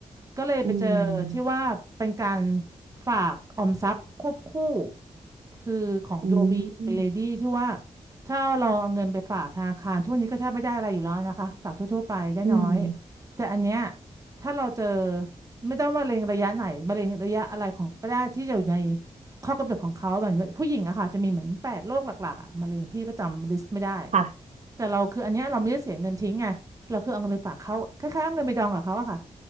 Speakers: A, on the right; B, on the right.
A: ก็เลยไปเจอที่ว่าเป็นการ
B: อืม
A: ฝากออมทรัพย์ควบคู่คือของย
B: อื
A: o b
B: ม
A: เป็นเลดี้ที่ว่าถ้าเราเอาเงินไปฝากธนาคารทุกวันนี้ก็แทบไม่ได้อะไรอยู่แล้วนะคะฝากทั่วๆไปได้น้อย
B: อืม
A: แต่อันเนี้ยถ้าเราเจอไม่ต้องมะเร็งระยะไหนมะเร็งระยะอะไรของก็ได้ที่อยู่ในข้อกำหนดของเขาเหมือนผู้หญิงอะค่ะจะมีเหมือนแปดโรคหลักๆอะมะเร็งพี่ก็จำลิสต์ไม่ได้
B: ค่ะ
A: แต่เราคืออันเนี้ยเราไม่ได้เสียเงินทิ้งไงเราคือเอาเงินไปฝากเขาคล้ายๆเอาเงินไปดองกับเขาอะค่ะ